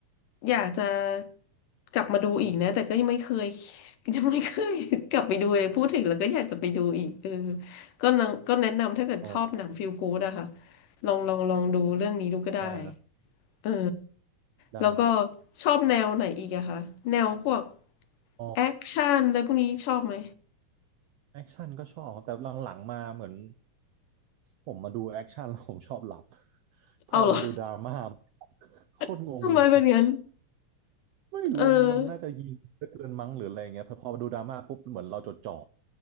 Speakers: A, on the left; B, on the right.
A: อยากจะกลับมาดูอีกนะแต่ก็ยังไม่เคย <laughs> ยังไม่เคย <laughs> กลับไปดูเลยพูดถึงแล้วก็อยากจะไปดูอีกเออก็นังก็แนะนำถ้าเกิดชอบหนังฟีลกู๊ดอะค่ะ
B: อ๋อ
A: ลองลองลองดูเรื่องนี้ดูก็ได้
B: ได้ครับ
A: เออ
B: ได้ครับ
A: แล้วก็ชอบแนวไหนอีกอะคะแนวพวก
B: อ๋อ
A: แอคชั่นอะไรพวกนี้ชอบไหม
B: แอคชั่นก็ชอบครับแต่หลังๆมาเหมือนผมมาดูแอคชั่นแล้วผมชอบหลับ
A: เอาเหรอ
B: พอมาดูดราม่าโคตรงงเลย
A: <laughs> ทำไมเป็นงั้น
B: ไม่รู้มันน่าจะยิงเหเกินมั้งหรืออะไรเงี้ยพอพอดูดราม่าปุ๊บเหมือนเราจดจ่อ
A: เออ